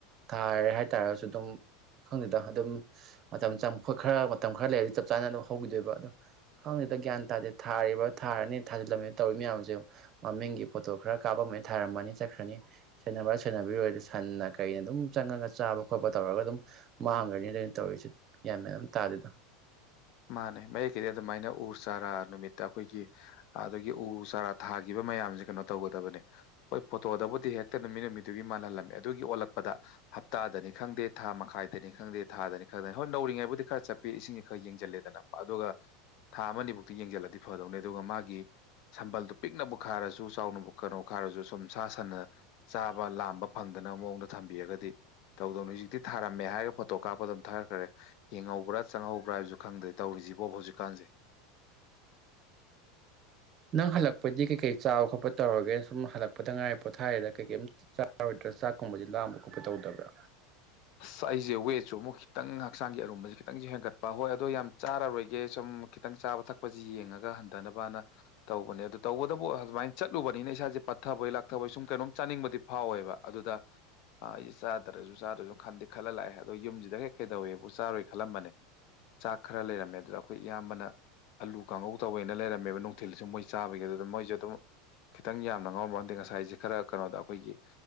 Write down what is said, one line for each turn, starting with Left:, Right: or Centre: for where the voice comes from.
Right: ꯊꯥꯔꯦ ꯍꯥꯏꯇꯥꯔꯁꯨ ꯑꯗꯨꯝ ꯈꯪꯗꯦꯗ ꯑꯗꯨꯝ ꯃꯇꯝ ꯆꯪ ꯈꯣꯠ ꯈꯔ ꯃꯇꯝ ꯈꯔ ꯂꯩꯔꯗꯤ ꯆꯞ ꯆꯥꯅ ꯑꯗꯨꯝ ꯍꯧꯈꯤꯗꯣꯏꯕ ꯑꯗꯣ ꯈꯪꯗꯦꯗ ꯒ꯭ꯌꯥꯟ ꯇꯥꯗꯦ ꯊꯥꯔꯤꯕ ꯊꯥꯔꯅꯤ ꯊꯥꯖꯤꯜꯂꯝꯃꯤ ꯇꯧꯔꯤ ꯃꯌꯥꯝꯁꯦ ꯃꯃꯤꯡꯒꯤ ꯐꯣꯇꯣ ꯈꯔ ꯀꯥꯞꯄꯝꯃꯦ ꯊꯥꯔꯝꯃꯅꯤ ꯆꯠꯈ꯭ꯔꯅꯤ ꯁꯦꯟꯕꯔꯥ ꯁꯦꯟ ꯃꯔꯨ ꯑꯣꯢꯅ ꯁꯟꯅ ꯀꯩꯅ ꯑꯗꯨꯝ ꯆꯪꯉꯒ ꯆꯥꯕ ꯈꯣꯠꯄ ꯇꯧꯔꯒ ꯑꯗꯨꯝ ꯃꯥꯡꯈ꯭ꯔꯅꯤ ꯑꯗꯨꯅ ꯇꯧꯔꯤꯁꯦ ꯒ꯭ꯌꯥꯟ ꯃꯦꯟ ꯑꯃ ꯇꯥꯗꯦꯗ <inaudible>
Left: ꯃꯥꯅꯦ ꯃꯌꯦꯛ ꯀꯤꯗꯤ ꯑꯗꯨꯃꯥꯏꯅ ꯎ ꯆꯥꯔꯥ ꯅꯨꯃꯤꯠꯇ ꯑꯩꯈꯣꯏꯒꯤ ꯑꯗꯨꯒꯤ ꯎ ꯆꯥꯔꯥ ꯊꯥꯈꯤꯕ ꯃꯌꯥ ꯃꯌꯥꯝꯁꯦ ꯀꯩꯅꯣ ꯇꯧꯒꯗꯕꯅꯦ ꯍꯣꯏ ꯐꯣꯇꯣꯗꯕꯨꯗꯤ ꯍꯦꯛꯇ ꯅꯨꯃꯤꯠ ꯅꯨꯃꯤꯇꯨꯒꯤ ꯃꯥꯜꯍꯜꯂꯝꯃꯦ ꯑꯗꯨꯒꯤ ꯑꯣꯜꯂꯛꯄꯗ ꯍꯞꯇꯥꯗꯅꯤ ꯈꯪꯗꯦ ꯊꯥ ꯃꯈꯥꯏꯗꯅꯤ ꯈꯪꯗꯦ ꯊꯥꯗꯅꯤ ꯈꯪꯗꯅꯤ ꯍꯣꯏ ꯅꯧꯔꯤꯉꯩꯗꯕꯨꯗꯤ ꯈꯔ ꯆꯠꯄꯤ ꯏꯁꯤꯡ ꯈꯔ ꯌꯦꯡꯁꯤꯜ ꯂꯦꯗꯅ ꯑꯗꯨꯒ ꯊꯥ ꯑꯃ ꯑꯅꯤ ꯕꯨꯛꯇꯤ ꯌꯦꯡꯁꯤꯜꯂꯗꯤ ꯐꯗꯧꯅꯦ ꯑꯗꯨꯒ ꯃꯥꯒꯤ ꯁꯝꯕꯜꯗꯨ ꯄꯤꯛꯅꯕꯕꯨ ꯈꯥꯔꯁꯨ ꯆꯥꯎꯅꯕꯨ ꯀꯩꯅꯣ ꯈꯥꯔ ꯈꯔꯁꯨ ꯁꯨꯝ ꯁꯥ ꯁꯟꯅ ꯆꯥꯕ ꯂꯥꯝꯕ ꯐꯪꯗꯅꯕ ꯃꯑꯣꯡꯗ ꯊꯝꯕꯤꯔꯒꯗꯤ ꯇꯧꯗꯧꯅꯦ ꯍꯧꯖꯤꯛꯇꯤ ꯊꯥꯔꯝꯃꯦ ꯍꯥꯏꯔꯒ ꯐꯣꯇꯣ ꯀꯥꯞꯄ ꯊꯒꯠꯈ꯭ꯔꯦ ꯍꯤꯡꯍꯧꯕ꯭ꯔꯥ ꯆꯪꯍꯧ ꯄ꯭ꯔꯖꯨ ꯈꯪꯗꯦ ꯇꯧꯔꯤꯁꯤꯕꯣ ꯍꯧꯖꯤꯛꯀꯥꯟꯁꯦ
Right: ꯅꯪ ꯍꯜꯂꯛꯄꯗꯤ ꯀꯩ ꯀꯩꯥ ꯆꯥꯕ ꯈꯣꯠ ꯇꯧꯔꯒꯦ ꯁꯨꯝ ꯍꯂꯛꯄꯗꯉꯥꯏ ꯄꯣꯊꯥꯔꯦꯗ ꯀꯩ ꯀꯩꯝ ꯆꯥꯔꯣꯏꯗ꯭ꯔꯥ ꯆꯥꯛ ꯈꯨꯝꯕꯗꯤ ꯂꯥꯝꯕ ꯈꯣꯠꯄ ꯇꯧꯗꯕ꯭ꯔꯥ
Left: ꯑꯁ ꯑꯩꯁꯦ ꯋꯦꯠꯁꯦ ꯃꯨꯛ ꯈꯤꯇꯪ ꯍꯛꯆꯥꯡꯒꯤ ꯑꯔꯨꯝꯕꯁꯦ ꯈꯤꯇꯪꯁꯨ ꯍꯦꯟꯒꯠꯄ ꯍꯣꯏ ꯑꯗꯣ ꯌꯥꯝ ꯆꯥꯔꯔꯣꯏꯒꯦ ꯁꯨꯝ ꯈꯤꯇꯪ ꯆꯥꯕ ꯊꯛꯄ ꯄꯁꯤ ꯌꯦꯡꯉꯒ ꯍꯟꯊꯅꯕꯅ ꯇꯧꯕꯅꯦ ꯑꯗꯨ ꯇꯧꯕꯗꯕꯨ ꯑꯁꯨꯃꯥꯏꯅ ꯆꯠꯂꯨꯕꯅꯤꯅ ꯏꯁꯥꯁꯦ ꯄꯠꯊꯕꯩ ꯂꯥꯛꯊ ꯑꯣꯏ ꯁꯨꯝ ꯀꯩꯅꯣꯝ ꯆꯥꯅꯤꯡꯕꯗꯤ ꯐꯥꯎꯋꯦꯕ ꯑꯗꯨꯗ ꯑ ꯑꯩꯁꯦ ꯆꯥꯗ꯭ꯔꯁꯨ ꯆꯥꯗ꯭ꯔꯁꯨ ꯈꯟꯗꯤ ꯈꯜꯂ ꯂꯥꯛꯑꯦ ꯑꯗꯣ ꯌꯨꯝꯁꯤꯗ ꯍꯦꯛ ꯀꯩꯗꯧꯏꯋꯦꯕꯨ ꯆꯥꯔꯣꯏ ꯈꯜꯂꯝꯕꯅꯦ ꯆꯥꯛ ꯈꯔ ꯂꯩꯔꯝꯃꯦ ꯑꯗꯨꯗ ꯑꯩꯈꯣꯏ ꯏꯌꯥꯝꯕꯅ ꯑꯂꯨ ꯀꯥꯡꯉꯧ ꯇꯧꯋꯦꯅ ꯂꯩꯔꯝꯃꯦꯕ ꯅꯨꯡꯊꯤꯜꯗꯁꯨ ꯃꯣꯏ ꯆꯥꯕꯒꯤ ꯑꯗꯨꯗ ꯑꯗꯨꯝ ꯃꯣꯏꯁꯨ ꯑꯗꯨꯝ ꯈꯤꯇꯪ ꯌꯥꯝꯅ ꯉꯥꯎꯔꯝꯕ ꯅꯠꯇꯦ ꯉꯁꯥꯏꯁꯦ ꯈꯔ ꯀꯩꯅꯣꯗ ꯑꯩꯈꯣꯏꯒꯤ